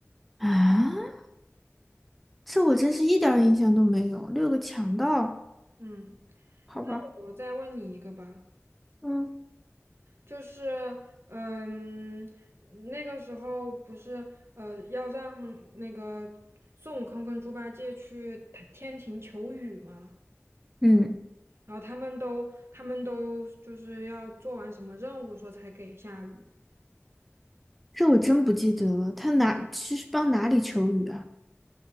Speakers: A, in the centre; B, on the right.
A: 啊，这我真是一点儿印象都没有。六个强盗，
B: 嗯，
A: 好吧，
B: 那我再问你一个吧，
A: 嗯
B: 就是，嗯，那个时候不是，呃，要让那个孙悟空跟猪八戒去天天庭求雨吗？
A: 嗯。
B: 然后他们都，他们都就是要做完什么任务，说才给下雨。
A: 这我真不记得了。他哪是帮哪里求雨啊？